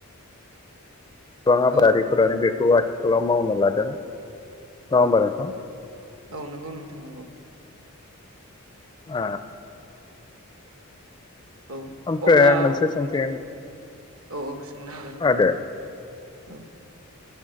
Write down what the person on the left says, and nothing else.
गोबां आबादारिफोरानो
बेखौ आथिखालाव मावनो लादों। नङा होमबा नोंथां?
आ
ओमफ्राय
मोनसे सोंथि
आदा